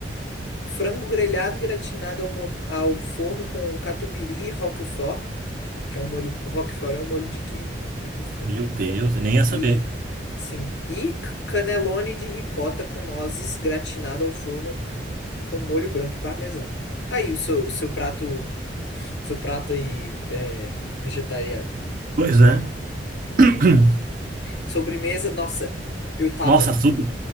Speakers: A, on the left; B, on the right.
A: Frango grelhado gratinado ao, mo- ao forno com catupiry e roquefort. Que é um molho. Roquefort é um molho de queijo. Bem gostoso.
B: Meu Deus, eu nem ia saber.
A: E. Sim. E c- canelone de ricota com nozes gratinado ao forno com molho branco e parmesão. Aí o seu, o seu prato. Seu prato aí é vegetariano.
B: Pois é. <clears throat>
A: Sobremesa, nossa, eu tava.
B: Nossa, a sobre...